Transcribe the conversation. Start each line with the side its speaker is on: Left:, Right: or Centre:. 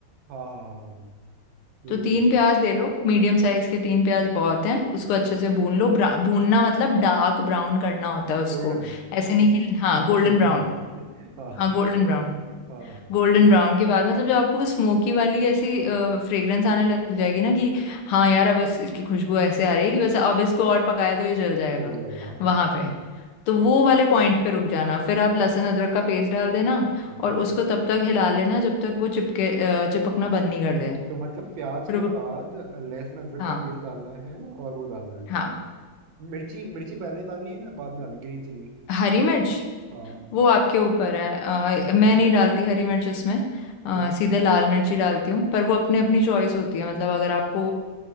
Right: हाँ हाँ हाँ ये
Left: तो तीन
Right: भी है
Left: प्याज ले लो मीडियम साइज के तीन प्याज बहुत हैं उसको
Right: ओके
Left: अच्छे से भून लो ब्रा- भूनना मतलब डार्क ब्राउन करना होता है उसको
Right: गोल्डन
Left: ऐसे नहीं कि हाँ
Right: मैं
Left: गोल्डन
Right: तो गोल्डन
Left: ब्राउन
Right: <laughs> हाँ
Left: हाँ गोल्डन ब्राउन
Right: हाँ
Left: गोल्डन ब्राउन के बाद मतलब जब आपको वो स्मोकी वाली ऐसी फ्रेग्रेंस आने लग जाएगी ना कि हाँ यार अब बस इसकी खुशबू ऐसे आ रही है कि बस अब इसको और पकाया तो ये जल जाएगा
Right: जल जाएगा हाँ
Left: वहां पे तो वो वाले पॉइंट पे रुक जाना फिर आप लहसुन अदरक का पेस्ट डाल देना
Right: ओके
Left: और उसको तब तक हिला लेना जब तक वो चिपके अ, चिपकना बंद नहीं कर दे
Right: तो मतलब प्याज
Left: फिर
Right: के
Left: वो
Right: बाद लहसुन अदरक
Left: हाँ
Right: का पेस्ट डालना है और वो डालना है
Left: हाँ
Right: मिर्ची मिर्ची पहले डालनी है या बाद में डालनी ग्रीन चिली
Left: हरी मिर्च
Right: हाँ
Left: वो आपके ऊपर है अ, मैं नहीं डालती हरी मिर्च इसमें अ,
Right: ओके
Left: सीधे लाल मिर्च ही डालती हूँ पर वो अपने अपनी चॉइस होती है मतलब अगर आपको